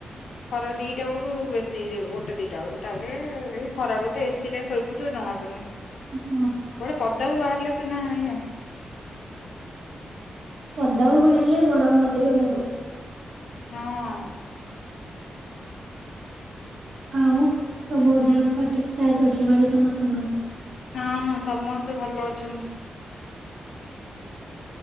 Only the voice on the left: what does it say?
ଖରା ଦିଇଟା ବେଳକୁ, ବେଶୀ ହେଇ ଯା ଗୋଟେ ଦିଇଟା ବେଳକୁ। ତାପରେ ହେ ଖରାବେଳେ ତ ଏ ସି ରେ ଶୋଇପଡ଼ୁଚୁ ଆଉ ଜଣାପଡ଼ୁନେଇଁ।
କୁଆଡେ ପଦାକୁ ବାହାରିଲେ ସିନା ଇଏ।
ହଁ।
ହଁ ସମସ୍ତେ ଭଲ ଅଛନ୍ତି।